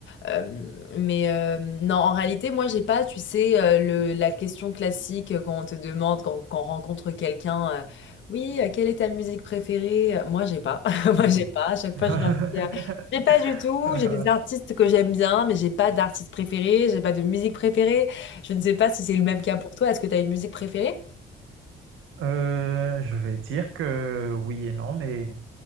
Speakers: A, on the left (about 70°); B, on the right (about 80°).
A: Euh, mais euh, non, en réalité, moi, j'ai pas, tu sais, euh, le, la question classique euh, quand on te demande, quand, quand on rencontre quelqu'un, euh, oui, euh, quelle est ta musique préférée? Euh, Moi, j'ai pas. <laughs>
B: Mhm.
A: Moi, j'ai pas. À chaque
B: <laughs>
A: fois, je leur dis, euh, j'ai pas du tout. J'ai des artistes que j'aime bien, mais j'ai pas d'artiste préféré. J'ai pas de musique préférée. Je ne sais pas si c'est le même cas pour toi. Est-ce que tu as une musique préférée?
B: Euh, je vais dire que oui et non, mais